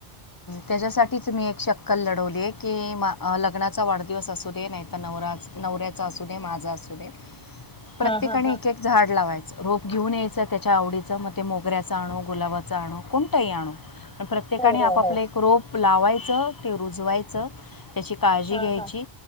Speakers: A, on the left; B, in the centre.
A: त्याच्यासाठीच मी एक शक्कल लढवली आहे की मा लग्नाचा वाढदिवस असूदे नाहीतर, आता नवराच नवऱ्याचा असूदे माझा असूदे
B: <unintelligible>
A: प्रत्येकाने
B: हा
A: एक एक झाड लावायचं रोप घेऊन यायचं त्याच्या आवडीचं मग ते मोगऱ्याचा आणो गुलाबाच जाणू कोणतंही आणो पण प्रत्येकाने
B: हो हो
A: आपापले
B: हो
A: एक रोप लावायचं ते रुजवायचं त्याची काळजी
B: हा
A: घ्यायची‍,
B: हा